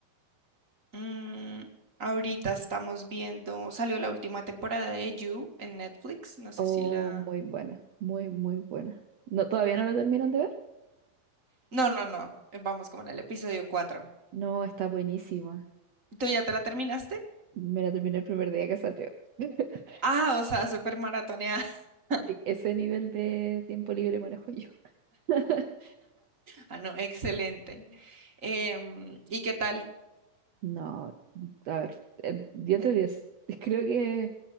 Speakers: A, on the right; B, on the right.
A: Mm, ahorita estamos viendo, salió la última temporada de You en Netflix, no sé
B: Oh,
A: si la...
B: muy buena, muy, muy buena. ¿No, todavía no la terminan de ver?
A: No, no, no, eh, vamos como en el episodio cuatro
B: No, está buenísima.
A: ¿Tú ya te la terminaste?
B: Me la terminé el primer día que salió. <laughs>
A: Ah, o sea, súper maratoneada. <laughs>
B: Sí, Ese nivel de tiempo libre manejo yo. <laughs>
A: Ah, no, excelente. Em, ¿y qué tal?
B: No, a ver, eh, 10
A: eh,
B: de diez <laughs> Creo que